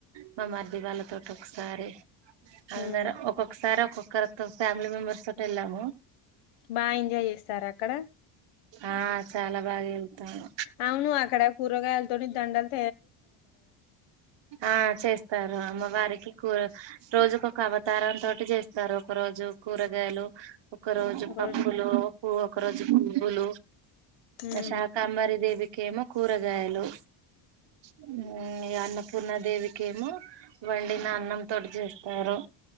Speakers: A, on the right (about 55°); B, on the left (about 80°).
A: మా మర్ది వాళ్ళతో ఒక్కకొక్కసారి
B: హ్మ్
A: అందరు ఒక్కొక్కసారి ఒక్కొక్క ఒకరకం ఫ్యామిలీ మెంబర్స్ తోటి ఎల్లామూ
B: బా ఎంజాయ్ చేస్తార అక్కడ
A: ఆ చాలా బాగా వెళ్తాము
B: అవును అక్కడ కూరగాయలతోటీ దండల్
A: ఆ చేస్తారు అమ్మ వారికి కూర రోజుకొక అవతారం తోటి చేస్తారు ఒక రోజు కూరగాయలు ఒక రోజు
B: ఒకరోజు
A: పప్పులు ఒక రోజు పువ్వులు
B: ఉమ్
A: శాకాంబరి దేవి కేమో కూరగాయలు ఉమ్ ఇగ అన్నపూర్ణ దేవి కేమో వండిన అన్నం తోటి చేస్తారు